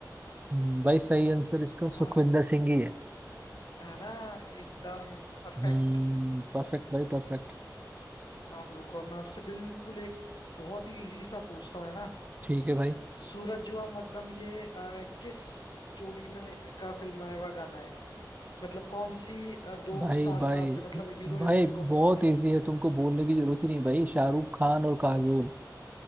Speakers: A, on the right; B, on the left.
A: हम्म, भाई सही आंसर इसका सुखविंदर
B: हाँ
A: सिंह ही है
B: है ना एकदम परफेक्ट
A: हम्म परफेक्ट भाई परफेक्ट
B: आप रुको मैं आपसे बिल्कुल एक बहुत ही इजी सा पूछता हूँ है ना
A: ठीक है भाई
B: सूरज हुआ मध्यम ये आ, किस जोड़ी में का फिल्माया हुआ गाना है मतलब कौन सी आ, दो
A: भाई
B: स्टार
A: भाई
B: कास्ट है मतलब हीरो
A: भाई
B: हीरोइन कौन
A: बहुत
B: कौन है
A: इजी है तुमको बोलने की जरूरत ही नहीं भाई शाहरुख खान और काजोल